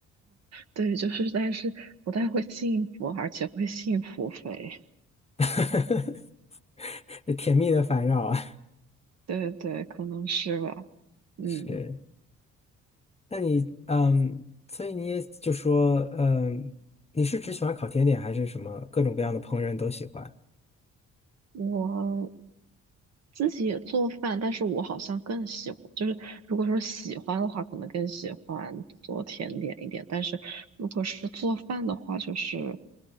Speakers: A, on the right; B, on the left.
A: 对，就是，但是不太会幸福，而且会幸福肥。
B: <laughs> 甜蜜的烦扰啊。<laughs>
A: 对对，可能是吧。嗯，
B: 是，那你嗯，所以你也就说，嗯，你是只喜欢烤甜点，还是什么各种各样的烹饪都喜欢？
A: 我自己也做饭，但是我好像更喜欢，就是如果说喜欢的话，可能更喜欢做甜点一点。但是如果是做饭的话，就是